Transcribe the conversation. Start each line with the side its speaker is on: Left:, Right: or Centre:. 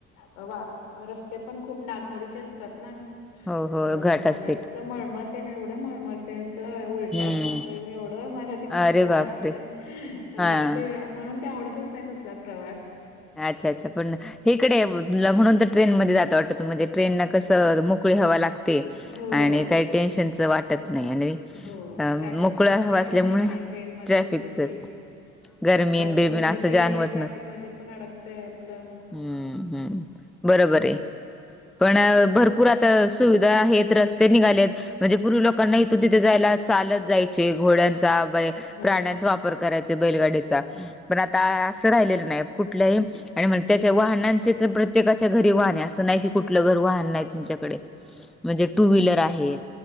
Left: वा रस्ते पण खूप नागमोडीचे असतात ना.
Centre: हो हो
Left: तर
Centre: घाट
Left: मला
Centre: असतील
Left: असं मळमळते ना एवढं मळमळते असं उलट्या
Centre: हम्म
Left: करत. मी एवढं आहे मला ते कस
Centre: अरे
Left: तर वाटतय
Centre: बापरे
Left: मला
Centre: हा
Left: ते म्हणून ते आवडतच नाही तसला प्रवास
Centre: अच्छा अच्छा पण इकडे तुला म्हणून तर ट्रेन मध्ये जात वाटत म्हणजे ट्रेनना कसं मोकळी हवा लागते.
Left: हो.
Centre: आणि काही टेन्शनचं वाटत नाही आणि
Left: हो
Centre: अ,
Left: ट्रॅफिकच
Centre: मोकळी हवा
Left: पण काही
Centre: असल्यामुळे
Left: झंझटनाही ट्रेन म
Centre: ट्रॅफिकचं
Left: बसलं की
Centre: गरमी
Left: बस
Centre: आणि बिरबीण
Left: म्ह
Centre: असं
Left: क
Centre: जाणवत
Left: ते ट्रॅफिक मध्ये पण अडकतय आपलं
Centre: हम्म हम्म बरोबर आहे पण भरपूर पुरात सुविधा आहेत रस्ते निघालेत म्हणजे पूर्वी लोकांना इथून तिथे जायला चालत जायच. घोड
Left: हो
Centre: प्राण्याचा वापर. करायच बैलगाडीचा पण आता असं राहिलेलं नाही कुठल्याही आणि म्हग त्याच्या वाहनांचे तर प्रत्येकाच्या घरी वाहने असं नाही की कुठलं घर वाहन नाही तुमच्याकडे
Left: <inaudible>
Centre: म्हणजे टू व्हीलर
Left: हो
Centre: आहेत